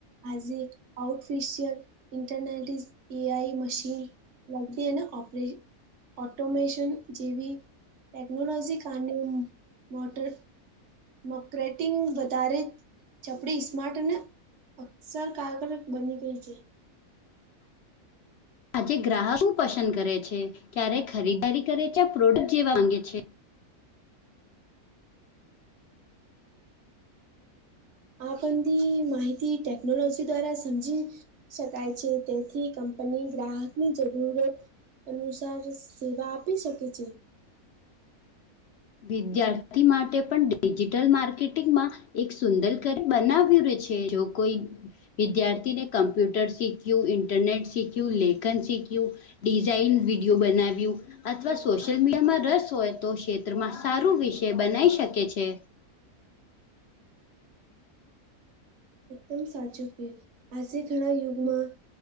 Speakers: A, on the right (about 55°); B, on the left (about 65°).
A: આજે આઉટફિશિયલ ઇન્ટરનેટ ઇજ એઆઈ મશીન લગતી એ ના ઓપરેન ઓટોમેશન જેવી ટેકનોલોજી કારને મોટર મક્રેટિંગ વધારે ચપડી સ્માર્ટ અને અક્સર કારગર બની ગઈ છે.
B: આજે ગ્રાહક શું પસંદ કરે છે ક્યારે ખરીદારી કરે છે યા પ્રોડક્ટ જેવા માંગે છે.
A: આ બધી માહિતી ટેકનોલોજી દ્વારા સમજી શકાય છે તેથી કંપની ગ્રાહકની જરૂરત અનુસાર જો સેવા આપી શકે છે.
B: વિદ્યાર્થી માટે પણ ડિજિટલ માર્કેટિંગમાં એક સુંદર કરી બનાવ્યું રે છે જો કોઈ વિદ્યાર્થીને કમ્પ્યુટર શીખ્યું ઇન્ટરનેટ શીખ્યું લેખન શીખ્યું ડિઝઇન વિડીિયો બનાવ્યું અથવા સોશિયલ મીડિયામાં રસ હોય તો માત્ર સારું વિષય બનાવી શકે છે.
A: એકદમ સાચું કે આજે ઘણા યુગમાં